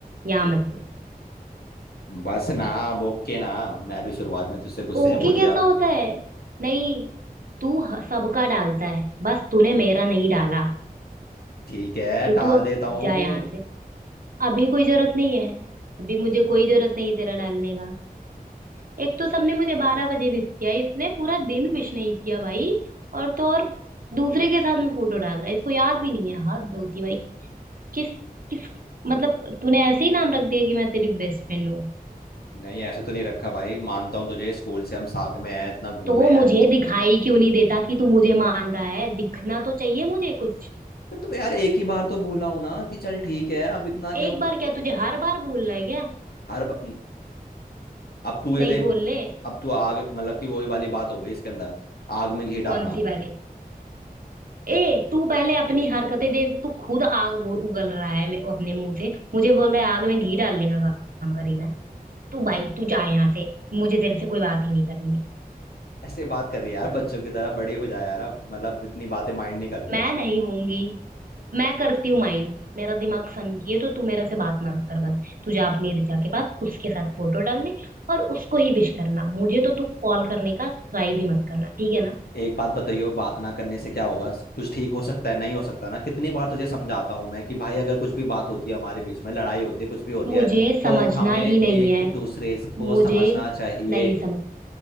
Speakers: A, on the right (about 65°); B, on the left (about 80°).
A: यहाँ मत दे
B: बस ना बोके ना मैं भी शुरुआत में तुझसे गुस्से
A: ओके
B: में बोल
A: कैसा
B: गया
A: होता है नहीं तू ह- सबका डालता है बस तूने मेरा नहीं डाला
B: ठीक है
A: तो
B: डाल
A: तू अब
B: देता हूँ
A: जा यहाँ से अभी कोई जरूरत नहीं है अभी मुझे कोई जरूरत नहीं है तेरा डालने का एक तो सबने मुझे बारह बजे विश किया इसने पूरा दिन विश नहीं किया भाई और तो और दूसरे के साथ में फोटो डाल रहा है इसको याद भी नहीं है हाथ धोती भाई किस किस मतलब तूने ऐसे ही नाम रख दिया कि मैं तेरी बेस्ट फ्रेंड हूँ
B: नहीं ऐसे तो नहीं रखा भाई मानता हूँ तुझे स्कूल से हम साथ में हैं इतना घूमे
A: तो मुझे
B: हैं
A: दिखाई क्यों नहीं देता कि तू मुझे मान रहा है दिखना तो चाहिए मुझे कुछ
B: तो यार एक ही बार तो भूला हो ना कि चल ठीक है अब इतना
A: एक
B: क्या
A: बार क्या तुझे हर बार भूलना है क्या
B: हर बार अब तू ये
A: नहीं
B: देख
A: बोल ले
B: अब तू आग मतलब कि वही वाली बात हो गई इसके अंदर आग में घी
A: कौन
B: डालना
A: सी वाली ए तू पहले अपनी हरकतें देख तू खुद आग बु- उगल रहा है मे- अपने मुंह से मुझे बोल रहा है आग में घी डालने का काम कर रही मैं तू भाई तू जा यहाँ से मुझे तेरे से कोई बात ही नहीं करनी है
B: ऐसे बात कर रही है यार बच्चों की तरह बड़ी हो जाए यार अब मतलब इतनी बातें माइंड नहीं करते
A: मैं नहीं होंगी मैं करती हूँ माइंड मेरा दिमाग सनकी है तो तू मेरे से बात मत कर बस तू जा अपनी रिचा के पास उसके साथ फोटो डालने और उसको ही विश करना मुझे तो तू कॉल करने का ट्राई भी मत करना ठीक है ना
B: एक बात बताइयो बात ना करने से क्या होगा कुछ ठीक हो सकता है नहीं हो सकता ना कितनी बार तुझे समझाता हूँ मैं कि भाई अगर कुछ भी बात होती है हमारे बीच में लड़ाई होती है कुछ भी होती
A: मुझे
B: है तो
A: समझना
B: हमें एक
A: ही नहीं है
B: दूसरे को
A: मुझे
B: समझना चाहिए
A: नहीं समझ